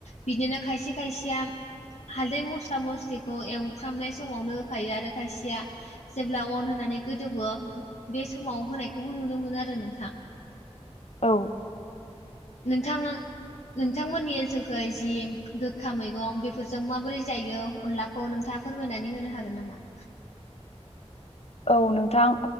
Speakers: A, on the left; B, on the left.
A: बिदिनो खायसे खायसेया हालदै मस्ला मस्लिखौ एवफ्रामनाय समावनो होखायो आरो खायसेया जेब्ला अन होनानै गोदौवो बे समाव होनायखौबो नुनो मोनो आरो नोंथां।
B: औ
A: नोंथां आं नोंथांमोननि ओनसोलखै जि गोखा मैगं बेफोरजों माबोरै जायो अनलाखौ नोंथां फोरमायनानै होनो हागोन नामा?
B: औ नोंथां